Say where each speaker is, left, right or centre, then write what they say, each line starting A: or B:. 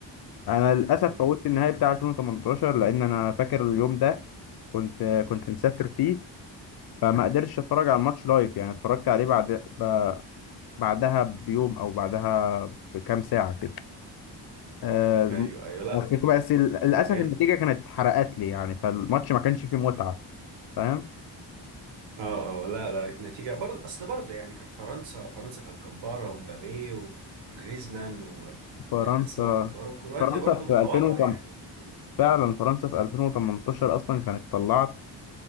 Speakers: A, on the left; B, on the right.
A: انا للاسف
B: مم.
A: فوتت النهائي بتاع 2018 لان انا فاكر اليوم ده كنت كنت مسافر فيه فما قدرتش اتفرج على الماتش لايف يعني اتفرجت عليه بعد ب- بعدها بيوم او بعدها بكام ساعه كده آه،
B: ايوه ايوه لا
A: بس بس للاسف
B: كان جامد
A: النتيجه كانت اتحرقت لي يعني فالماتش ما كانش فيه متعه فاهم
B: اه اه لا لا النتيجة برضه اصل برضه يعني كانت فرنسا فرنسا كانت جبارة ومبابي و- وجريزمان
A: فرنسا
B: واسماء جبارة وكرواتيا
A: فرنسا
B: برضه متواضعة
A: في 2008
B: يعني فاهمني؟
A: فعلا فرنسا في 2018 اصلا كانت طلعت